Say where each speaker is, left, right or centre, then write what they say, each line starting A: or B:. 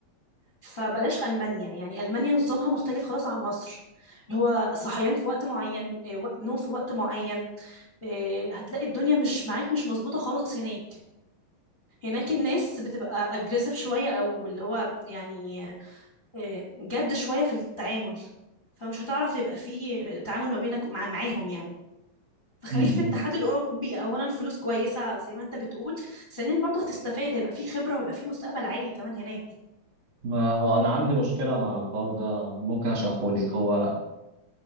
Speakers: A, on the left (about 30°); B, on the right (about 60°).
A: فبلاش المانيا يعني المانيا نظامها مختلف خلاص عن مصر اللي هو صحيان في وقت معين إيه، وق- نوم في وقت معين إيه، هتلاقي الدنيا مش معاك مش مظبوطة خالص هناك هناك الناس بتبقى اجريسيف شوية او اللي هو يعني إيه، جد شوية في التعامل فمش هتعرف يبقى فيه تعامل ما بينك مع معاهم يعني فخليك
B: امم
A: في الاتحاد الاوروبي اولا فلوس كويسه زي ما انت بتقول ثانيا برضه هتستفاد هيبقى في خبره وهيبقى في مستقبل عالي كمان هناك
B: ما هو انا عندي مشكله مع الحوار ده ممكن اشرحه لك هو